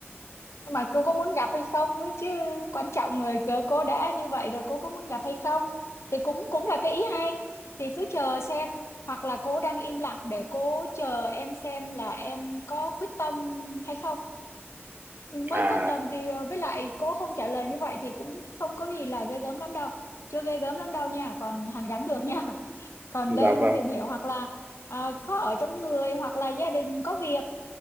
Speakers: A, on the left; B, on the right.
A: Nhưng mà cô có muốn gặp hay không ấy chứ quan trọng người cớ cô đã như vậy rồi cô có muốn gặp hay không thì cũng cũng là cái ý hay thì cứ chờ xem hoặc là cô đang im lặng để cô chờ em xem là em có quyết tâm hay không mới
B: à
A: có một tuần thì ờ, với lại cô không trả lời như vậy thì cũng không có gì là ghê gớm lắm đâu chưa ghê gớm lắm đâu nha còn hàn gắn được nha <laughs> còn
B: dạ
A: đang
B: vâng
A: tìm hiểu hoặc là ờ, khó ở trong người hoặc là gia đình có việc